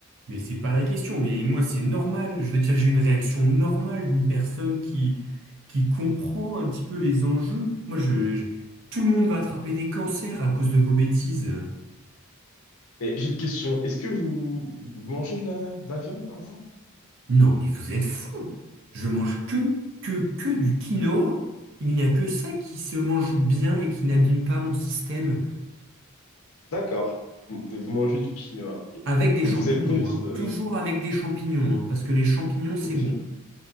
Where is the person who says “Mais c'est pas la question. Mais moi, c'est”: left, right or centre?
Right